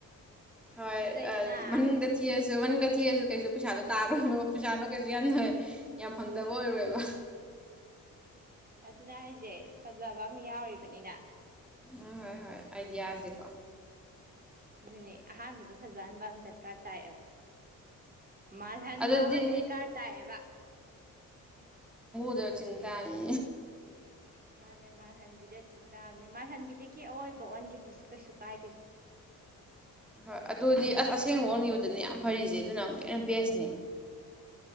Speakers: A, in the centre; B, on the right.
A: ꯍꯣꯏ
B: ꯐꯖꯩꯗꯅ
A: ꯃꯟꯗ ꯊꯤꯔꯁꯨ ꯃꯟꯗ ꯊꯤꯔꯁꯨ ꯀꯩꯁꯨ ꯄꯩꯁꯥꯗꯣ ꯇꯥꯔꯣꯏꯕ ꯄꯩꯁꯥꯗꯣ ꯀꯩꯁꯨ ꯌꯥꯝ ꯌꯥꯝ ꯐꯪꯗꯕ ꯑꯣꯏꯔꯣꯏꯕ
B: ꯑꯗꯨꯅꯦ ꯍꯥꯏꯖꯦ ꯐꯖꯕ ꯑꯝ ꯌꯥꯎꯔꯤꯕꯅꯤꯅ
A: ꯍꯣꯏ ꯍꯣꯏ ꯍꯣꯏ ꯑꯥꯏꯗꯤꯌꯥꯖꯦꯀꯣ
B: ꯑꯗꯨꯅꯦ ꯑꯍꯥꯟꯕꯗꯣ ꯐꯖꯍꯟꯕ ꯑꯃ ꯗꯔꯀꯥꯔ ꯇꯥꯏꯌꯦꯕ ꯃꯥꯜꯍꯟꯕꯥꯃꯥ
A: ꯑꯗꯨꯗꯤ
B: ꯗꯔꯀꯥꯔ ꯇꯥꯏꯌꯦꯕ
A: ꯑꯗꯨ ꯆꯤꯟꯇꯥꯅꯤ
B: ꯃꯥꯅꯦ ꯃꯥꯜꯍꯟꯕꯤꯗ ꯆꯤꯡ ꯇꯥꯕꯅꯦ ꯃꯥꯜꯍꯟꯕꯤꯗꯒꯤ ꯑꯑꯣꯏꯕ ꯑꯣꯟꯒꯤꯁꯨ ꯀꯩꯁꯨ ꯀꯥꯏꯗꯦ
A: ꯍꯣꯏ ꯑꯗꯨꯗꯤ ꯑꯁ ꯑꯁꯦꯡꯕ ꯑꯣꯟꯈꯤꯕꯗꯨꯅꯤ ꯌꯥꯝ ꯐꯔꯤꯁꯦ ꯑꯗꯨꯅ ꯑꯃꯨꯛ ꯍꯦꯟꯅ ꯕꯦꯁꯅꯦ